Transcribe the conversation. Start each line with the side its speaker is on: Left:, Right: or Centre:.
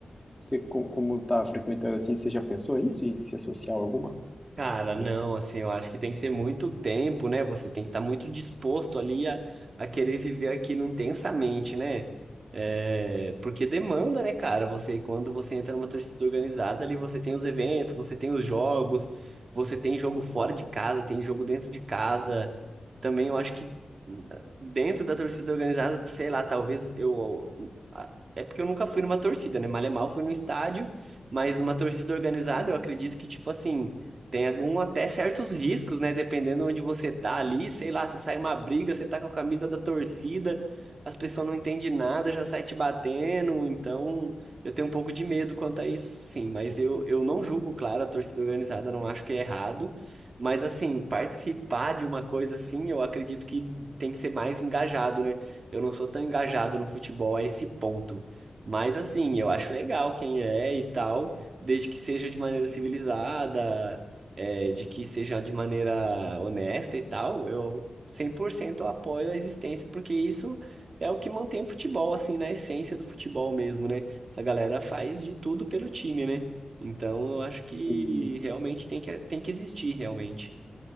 Left: você co- como tá frequentando, assim, você já pensou isso e se associar a alguma
Right: Cara,
Left: dessa?
Right: não, assim, eu acho que tem que ter muito tempo, né? Você tem que estar muito disposto ali a, a querer viver aquilo intensamente, né? É, porque demanda, né, cara? Você, quando você entra numa torcida organizada, ali você tem os eventos, você tem os jogos, você tem jogo fora de casa, tem jogo dentro de casa. Também eu acho que hum, dentro da torcida organizada, sei lá, talvez eu. a- É porque eu nunca fui numa torcida, né? Mal é mal, fui no estádio, mas numa torcida organizada, eu acredito que, tipo assim. Tem algum até certos riscos, né? Dependendo onde você tá ali, sei lá, se sai uma briga, você tá com a camisa da torcida, as pessoas não entendem nada, já sai te batendo, então eu tenho um pouco de medo quanto a isso, sim, mas eu, eu não julgo, claro, a torcida organizada, não acho que é errado, mas assim, participar de uma coisa assim, eu acredito que tem que ser mais engajado, né? Eu não sou tão engajado no futebol a esse ponto. Mas assim, eu acho legal quem é e tal, desde que seja de maneira civilizada, é, de que seja de maneira honesta e tal, eu 100% apoio a existência, porque isso é o que mantém o futebol, assim, na essência do futebol mesmo, né? Essa galera faz de tudo pelo time, né? Então, eu acho que
Left: Hum,
Right: realmente tem que, tem que existir, realmente.